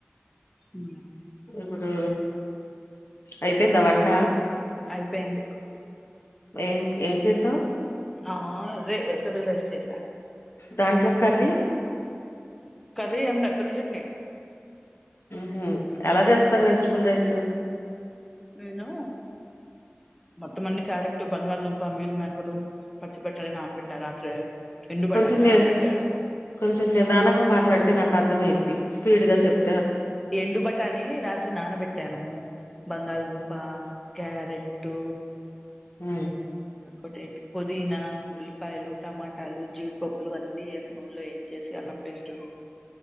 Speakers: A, in the centre; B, on the left.
A: ఉ
B: ఇప్పుడు అయిపోయిందా వంట
A: అయిపోయింది
B: ఏం ఏం చేసావు
A: ఆ రే వెజిటబుల్ రైస్ చేసా
B: దాంట్లో కర్రీ
A: కథ ఎంట త్రిం చెట్నే
B: హ ఎలా చేస్తారు వెజిటబుల్ రైస్
A: నేను మత్త మన్ని సార ఇటు బంగాారుళ దంపా మీల్ మ్యాకరు పచ్చి బట్టల అన్బట్టారు రాత్రే ఎండు బటాని
B: కొంచెం ని
A: నానబెట్టా
B: కొంచెం నిదానంగా మాట్లాడితే నాకు అర్థంయిద్ది స్పీడ్ గా చెప్
A: ఎండు బట్టాని రాత్రి నానబెట్టాను బంగాళదుంప క్యారెట్
B: హ
A: ఒకటి ఏంటి పుదీనా ఉల్లిపాయలు టమాటాలు జీడిపప్పులు అన్నీ వేసిన నూలో ఏం చేస ఎలా పసిట్టు